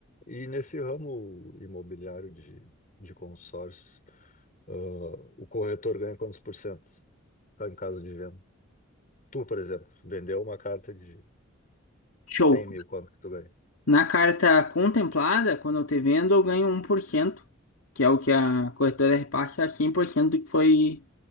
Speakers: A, on the left; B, on the left.
A: E nesse ramo imobiliário de, de consórcios, ah, o corretor ganha quantos por cento tá, em caso de venda? Tu, por exemplo, vendeu uma carta de
B: Show.
A: 100 mil, quanto que tu ganha?
B: Na carta contemplada, quando eu te vendo, eu ganho um por cento que é o que a corretora reparte a 100% do que foi.